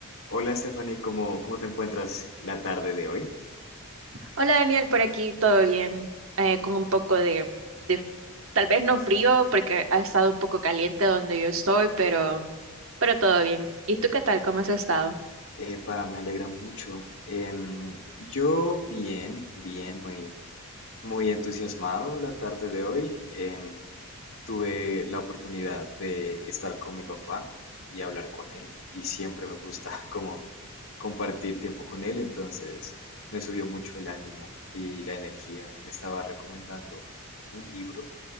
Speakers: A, on the left; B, on the right.
A: Hola Stephanie, ¿cómo, cómo te encuentras la tarde de hoy?
B: Hola Daniel, por aquí todo bien, Eh, con un poco de, de- tal vez no frío porque ha estado un poco caliente donde yo estoy, pero, pero todo bien. ¿Y tú qué tal? ¿Cómo has estado?
A: Epa, me alegra mucho. Em, yo bien, bien, muy, muy entusiasmado la tarde de hoy. Em, tuve la oportunidad de estar con mi papá y hablar con él y siempre me gusta <laughs> como compartir tiempo con él, entonces me subió mucho el ánimo y la energía. Me estaba recomendando un libro